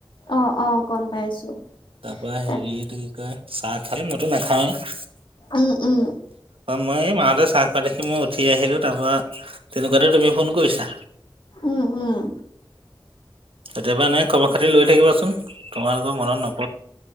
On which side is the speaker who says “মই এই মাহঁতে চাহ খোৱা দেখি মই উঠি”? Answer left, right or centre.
Right